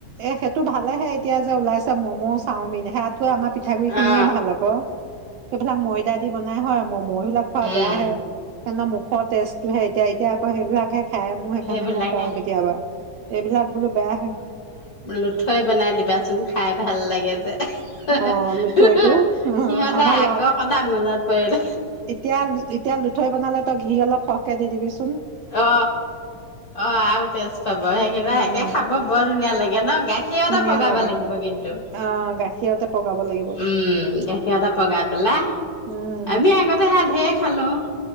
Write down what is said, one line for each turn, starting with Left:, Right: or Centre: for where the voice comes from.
Right: এ সেইটো ভালেহে এতিয়া যে ওলাইছে ম'ম' চাওমিন হে আমাৰ পিঠাগুৰি খিনিয়ে
Left: অ
Right: ভাল আক। সেইবিলাক ময়দা দি বনাই হয়। ম বিলাক খোৱা
Left: উম
Right: বেয়াহে। সেদিনা মুখৰ টেজটোহে এতিয়া এতিয়া আকৌ সেইবিলাকহে খে মোৰ সেইকাৰণে
Left: সেইবিলাকে
Right: মই কওঁ কেতিয়াবা। এইবিলাক বোলো বেয়া হয়।
Left: লুথৈ বনাই দিবাচোন খাই ভাল লাগে যে। <unintelligible>
Right: অ লুঠৈটো
Left: সিহঁতে
Right: আমাৰ
Left: আগৰ
Right: লাত
Left: কথা মনত পৰিলে
Right: এতিয়া এতিয়া লুঠৈ বনালে তই ঘি অলপ সৰকে দি দিবি ছোঁ।
Left: অ অ আৰু তেজ খবৰ সেইকেই
Right: উম
Left: একে খাব বৰ ধুনীয়া লাগে ন? গাখীৰতে
Right: ধুনীয়া
Left: পগাব
Right: লাগে
Left: লাগিব কিন্তু।
Right: অ গাখীৰতে পগাব লাগিব
Left: উম গাখীৰতো পগাই পেলাই
Right: উম
Left: আমি আগতে হে ধেই খালো